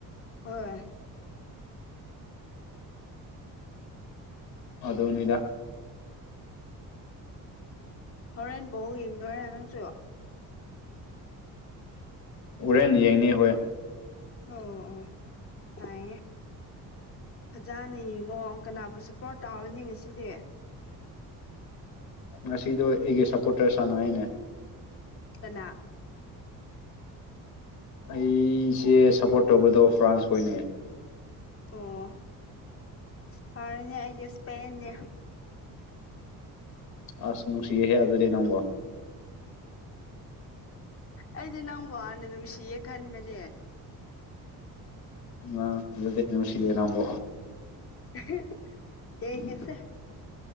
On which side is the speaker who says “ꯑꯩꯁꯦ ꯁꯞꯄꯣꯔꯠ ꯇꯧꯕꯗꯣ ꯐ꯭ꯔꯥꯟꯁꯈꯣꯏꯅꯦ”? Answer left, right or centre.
Left